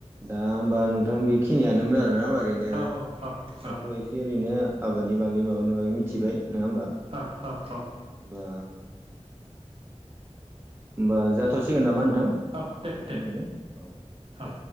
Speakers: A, on the right; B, on the right.
A: दा होमबा नोंथां बेखिनियामोननो आरोना मारैनो
B: औ औ औ
A: दाथ' ए ओरैनो आबादनि बागै माबानि बागै मिथिबाय नङा होमबा।
B: औ-औ-औ।
A: बा होमबा जाथ'सिगोन नामा नोंथां।
B: औ दे-दे
A: बेखिनियावनो औ दे
B: औ।